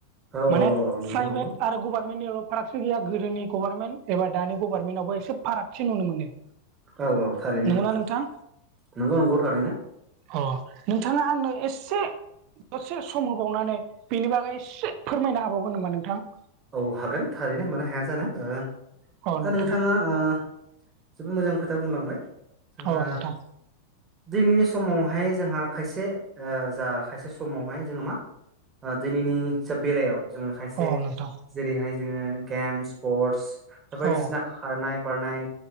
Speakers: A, on the right; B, on the right.
A: औ
B: माने
A: औ औ नंगौ
B: प्राइभेट
A: नंगौ
B: आरो गभारनमेन्टनियावल' फारागसो गैया गोदोनि गभारनमेन्ट एबा दानि गभारनमेन्टआवबो एसे फागथि नु मोनो
A: औ औ थारैनो
B: नंगौना नोंथां
A: नंगौ नंगौ थारैनो
B: अ नोंथाङा आंनो एसे दसे सम होबावनानै बेनि बागै एसे फोरमायनो हाबावगोन नामा नोंथां
A: औ हागोन थारैनो मानो हाया जानो ओ
B: औ
A: दा
B: नोंथां
A: नोंथाङाओ जोबोद मोजां खोथा बुंलांबाय जोंहा
B: औ नोंथां
A: दिनैनि समावहाय जोंहा खायसे ओ जोंहा खायसे समावहाय जोङो मा ओ दिनैनि सोब बेलायाव जोङो खायसे
B: औ नोंथां
A: जेरैहाय जोङो गेमस स्पर्टस बायदिसिना
B: औ
A: खारनाय बारनाय